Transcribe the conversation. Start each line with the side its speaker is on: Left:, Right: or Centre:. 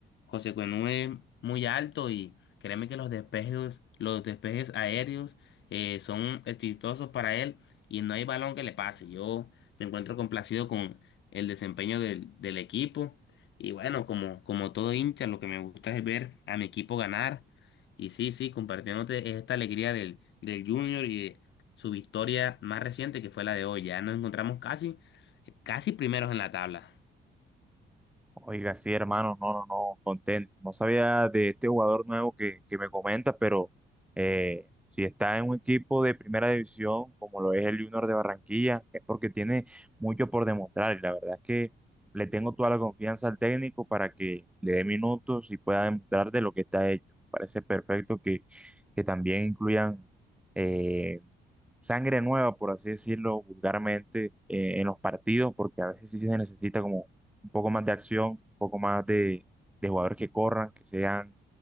Left: José Cuenú es muy alto y créeme que los despejes, los despejes aéreos eh, son exitosos para él y no hay balón que le pase. Yo me encuentro complacido con el desempeño del, del equipo y bueno, como, como todo hincha, lo que me gusta es ver a mi equipo ganar. Y sí, sí, compartiéndote esta alegría del, del Junior y de su victoria más reciente, que fue la de hoy. Ya nos encontramos casi Casi primeros en la tabla.
Centre: Oiga, sí, hermano, no, no, no, contento. No sabía de este jugador nuevo que, que me comenta pero eh, si está en un equipo de primera división, como lo es el Junior de Barranquilla, es porque tiene mucho por demostrar. Y la verdad es que le tengo toda la confianza al técnico para que le dé minutos y pueda demostrar de lo que está hecho. Parece perfecto que, que también incluyan eh, sangre nueva, por así decirlo vulgarmente, eh, en los partidos, porque a veces sí se necesita como un poco más de acción, un poco más de, de jugadores que corran, que sean